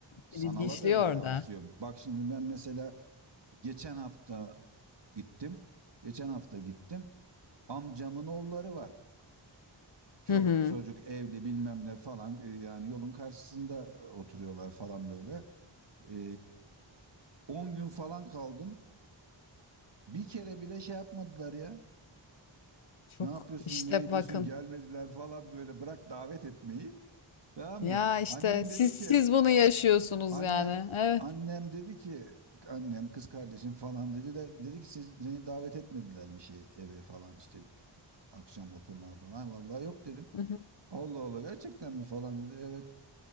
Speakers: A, on the right; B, on the left.
A: sanala
B: İlginçliği
A: da öyle
B: orada.
A: yansıyor. Bak şimdi ben mesela Geçen hafta gittim. Geçen hafta gittim. Amcamın oğulları var. Çoluk
B: Hı hı.
A: çocuk evli bilmem ne falan e, yani yolun karşısında e, oturuyorlar falan böyle. E, 10 gün falan kaldım. Bir kere bile şey yapmadılar ya.
B: Çok
A: Ne yapıyorsun,
B: işte
A: ne ediyorsun
B: bakın.
A: gelmediler falan böyle bırak davet etmeyi. Tamam
B: Ya
A: mı?
B: işte
A: Annem
B: siz
A: dedi ki
B: siz bunu yaşıyorsunuz
A: annem
B: yani. Evet.
A: annem dedi ki annem kız kardeşim falan dedi de dedi ki siz seni davet etmediler mi şey eve falan işte akşam oturmaya falan. Vallahi yok dedim.
B: Hı hı.
A: Allah Allah gerçekten mi falan dedi. Evet.